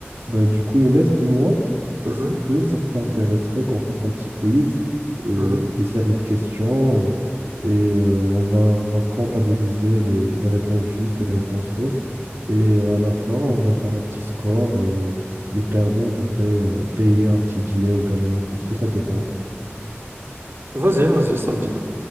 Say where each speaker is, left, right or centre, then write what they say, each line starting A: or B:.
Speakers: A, on the right; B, on the right.
A: Bah, du coup, Younes, dis-moi, est-ce
B: Mhm,
A: que ça t'intéresserait qu'on fasse un petit quiz, euh,
B: mhm.
A: des séries de questions, euh, et euh, on va, on va comptabiliser les, les réponses justes et les réponses fausses. Et euh, à la fin, on va faire un petit score et le perdant devrait euh, payer un petit dîner au gagnant. Est-ce que ça te tente?
B: Vas-y, vas-y, samedi.